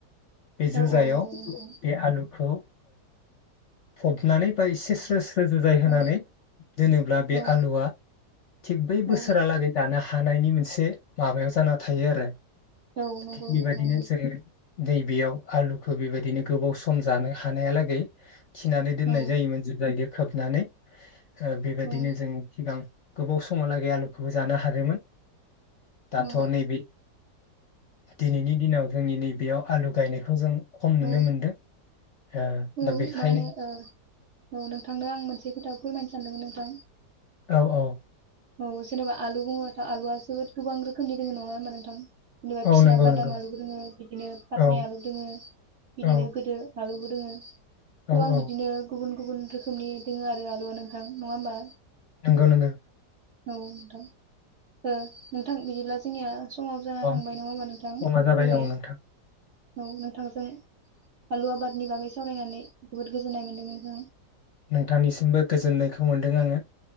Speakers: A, on the left; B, on the right.
A: बे जुजायाव
B: औ औ नंगौ नोंथां
A: बे आलुखौ फबनानै बा एसे स्रो जुजाइ होनानै
B: औ
A: दोनोब्ला बे
B: औ
A: आलुआ थिग बै बोसोरहालागै
B: औ
A: दानो हा हानायनि मोनसे माबायाव जाना थायो आरो।
B: औ नंगौ
A: थिग
B: नोंथां
A: बेबायदिनो
B: नंगौ।
A: जोङो नैबेयाव आलुखौ बेबायदिनो गोबाव सम जानो हानायालागै थिनानै दोननाय
B: औ
A: जायोमोन जुजाइदो खोबनानै बेबायदिनो
B: औ
A: जों सिगां गोबाव समहालागै आलुखौबो जानो हादोंमोन। दाथ'
B: औ
A: नैबि दिनैनि दिनाव जोंनि नैबेयाव आलु गायनायखौ जों खम नुनो
B: औ
A: मोनदों ओ
B: औ
A: दा बेखायनो
B: मानो ओ औ नोंथांनो आं मोन से खोथा फोरमायनो सानदोंमोन नोंथां?
A: औ औ
B: औ जेनबा आलु बुङोबाथ' आलुआ जोबोद गोबां रोखोमनि दोङो नङा ओमबा नोंथां? जेनेबा
A: औ
B: फिसा
A: नंगौ
B: बादाम
A: नंगौ
B: आलु दोङो बिदिनो फातनाय
A: औ
B: आलु दोङो बिदिनो
A: औ
B: गोदो आलुगुद दोङो।
A: औ
B: गोबां
A: औ
B: बिदिनो गुबुन गुबुन रोख खमनि दोङो आरो आलुआ नोंथां नङा ओमबा?
A: नोंगौ नोंगो।
B: औ नोंथां ओ नोंथां बिदिब्ला जोंनिया समाबो जाना
A: अ
B: थांबाय नङा ओमबा नोंथां
A: समा
B: फैबाय
A: जाबाय औ नोंथां
B: औ नोंथांजों आलु आबादनि बागै सावरायनानै जोबोद गोजोननाय मोन्दों नोंथां।
A: नोंथांनिसिमबो गोजोननायखौ मोनदों आङो।